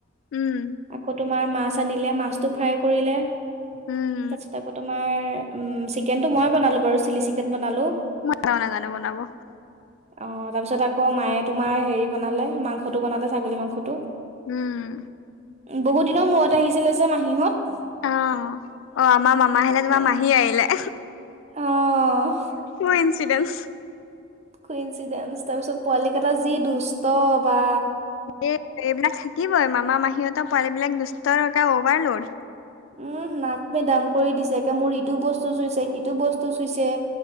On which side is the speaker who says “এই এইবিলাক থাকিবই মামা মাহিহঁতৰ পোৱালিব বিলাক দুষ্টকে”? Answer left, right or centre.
Left